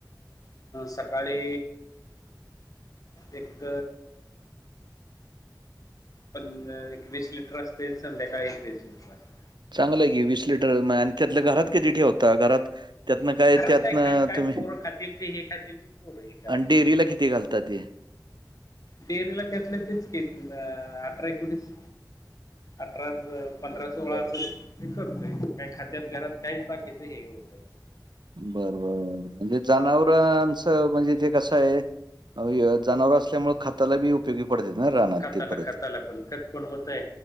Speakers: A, on the left; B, on the right.
A: सकाळी एक प एक वीस लिटर असते संध्याकाळ एक वीस लिटर असते
B: चांगलं आहे की वीस लिटर त्यातल्या घरात कतीी ठेवता घरात त्यातन काय
A: घरात
B: त्यातन
A: खायला काय
B: तुम्ही
A: पोरं खातील ते हे खातील ते पोरं हे करायचं
B: आणि डेअरी ला किती घालतात ते
A: डेअरीला त्यातलं तेच क अठरा एकोणीस अठरा पंधरा सोळाचं
B: बरं.
A: हे करतय काही खद्यात घरात काहीच बाकीचं हे होतंय
B: बरं बर म्हणजे जनावरांचं म्हणजे ते कसं आहे जनावर असल्यामुळे खात्याला बी उपयोगी पडते ना राहणार
A: खताला
B: ते परत
A: खताला पण खत पण होत आहे